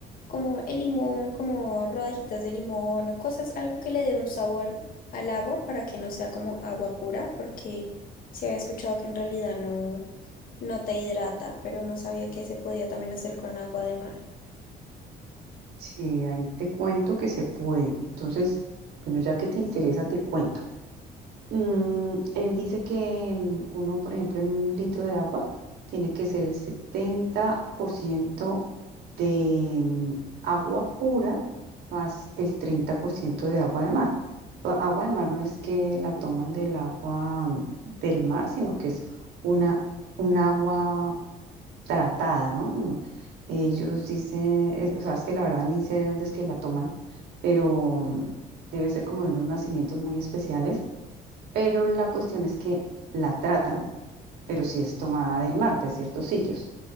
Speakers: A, on the left; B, on the right.
A: como el limón, como rodajitas de limón o cosas, algo que le dé un sabor al agua para que no sea como agua pura, porque sí había escuchado que en realidad no, no te hidrata, pero no sabía que se podía también hacer con agua de mar.
B: Sí, ahí te cuento que se puede. Entonces, bueno, ya que te interesa, te cuento. Mm, él dice que mm, uno, por ejemplo, en un litro de agua tiene que ser el 70% de mm, agua pura más el 30% de agua de mar. A- Agua de mar no es que la toman del agua mm, del mar, sino que es una, un agua tratada, ¿no? No, Ellos dicen, es- o sea, es que la verdad ni sé de dónde es que la toman, pero mm, debe ser como de unos nacimientos muy especiales pero la cuestión es que la tratan, pero sí es tomada del mar, de ciertos sitios.